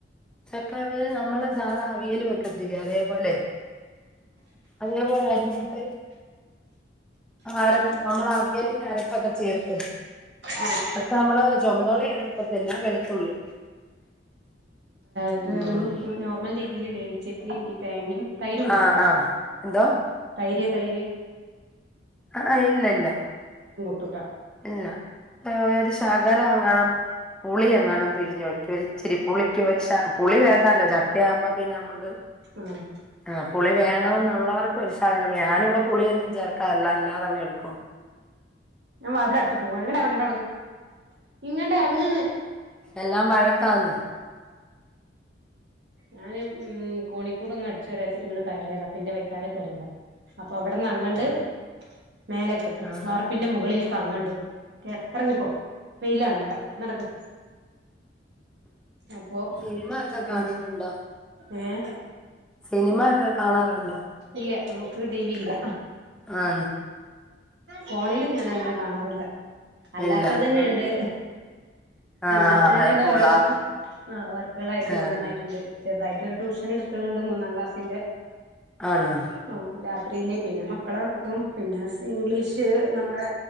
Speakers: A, in the centre; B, on the right.
A: ചക്കഅവിയല് നമ്മള് സാധാ അവിയൽ വെക്ക ത്തില്ലേ അതേപോലെ അന്നേപോലെ അരിഞ്ഞിട്ട അരപ്പ നമ്മള അവിയലിന്റെ അരപ്പൊക്കെ ചേർത്ത്
B: ആഹ്
A: അടുത്ത മ്മള് ചൊമന്നുള്ളി എടുക്കത്തില്ല വെളുത്തുള്ളി
B: ഇത്
A: ഉം
B: നമ്മൾ നോർമൽ രീതിയിൽ വേവി <unintelligible> ഈ തേങ്ങയും തൈര് കൂട്ടുവോ
A: അ അ എന്തോ
B: തൈര് തൈര്
A: ആഹ് ഇല്ലില്ല
B: തുട
A: ഇല്ല ഒരു ശകലം എങ്ങാണം പുളി എങ്ങാണം പിഴിഞ്ഞൊഴിക്കും ഒരിച്ചിരി പുളി ഒരു ശ പുളി വേണ്ടാല്ലോ ചക്ക ആവുമ്പോ പിന്നെ നമ്മക്ക്
B: ആഹ്
A: ആ പുളി വേ ണം ന്ന്ള്ളോർക് ഒരുശകലം വേ ഞാനിവിടെ പുളിയൊന്നും ചേർക്കാറില്ല അല്ലാതങ് എടുക്കും
B: ഞാൻ വാതില് അടച്ചു പോവാനിഡെറങ്ങണ്ടേ അവിടന്ന് ഇങ്ങട്ട് ഇറങ്ങ്ന്ന്
A: എല്ലാം വഴക്കാന്ന്
B: ഞാന് ഉം കോണിക്കൂട് ഒന്ന് അടിച്ച് വാരാച്ചിട്ട് ഇങ്ങ് കയറിയതാ അപ്പം എന്റെ വൈത്താലെ കേറിയതാ അപ്പം വിടന്ന് അങ്ങട്ട് മേലക്ക്
A: ആഹ്
B: വ ദിൽ കങ്ങാണ്ട് കെ ഇറങ്ങിപ്പോ വെയിലാണ് ഇവിടെ നടക്ക് അപ്പൊ
A: സിനിമ ഒക്കെ
B: അയിന്
A: കാണാറുണ്ടോ
B: ഏഹ്
A: സിനിമ ഒക്കെ കാണാറുണ്ടോ
B: ഇല്ല നമുക്ക് ടി വി ഇല്ല
A: ആ
B: ഫോണില് ഞാൻ അങ്ങനെ കാണാറില്ല അല്ലാത്ത
A: ഇല്ല
B: തന്നെയുണ്ട്
A: ആഹ് ആഹ്
B: അല്ലാത്ത തന്നെ
A: അല്ല
B: ഉണ്ട്
A: പുള്ളാർ
B: ഓരോ ആ വർക്കുകളായിട്ട്
A: ആഹ്
B: ഓരോന്നായിട്ടുണ്ട് ചെറുതായിട്ട് ഒരു ട്യഷൻ എടുക്കണുണ്ട് മൂന്നാം ക്ലാസിന്റെ
A: ആണോ
B: ആ രാ റീല് പിന്നെ മക്കളതും പിന്നെ സ് ഇംഗ്ലീഷ് നമ്മുടെ